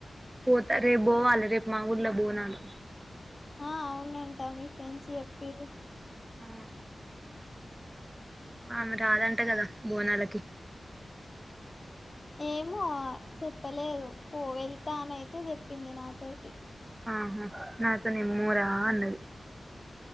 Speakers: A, on the right; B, on the left.
A: పోతారు రేపు పోవాలి రేపు మా ఊర్లో బోనాలు
B: ఆ అవునంట మీ ఫ్రెండ్స్ చెప్పిరు
A: ఆ ఆమె రాదంట కదా బోనాలకి
B: ఏమో ఆ చెప్పలేదు పో వెళ్తానయితే చెప్పింది నాతోటి
A: ఆహా నాతో నిమ్మూరా అన్నది